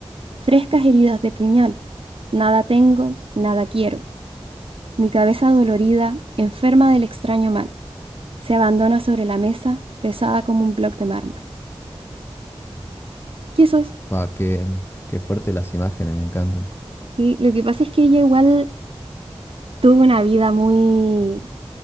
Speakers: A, on the right; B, on the left.
A: frescas heridas de puñal. Nada tengo, nada quiero. Mi cabeza dolorida, enferma del extraño mal, se abandona sobre la mesa, pesada como un bloque de mármol. Y eso es.
B: Pa, qué, qué fuerte las imágenes, me encantan.
A: Sí, lo que pasa es que ella igual tuvo una vida muy,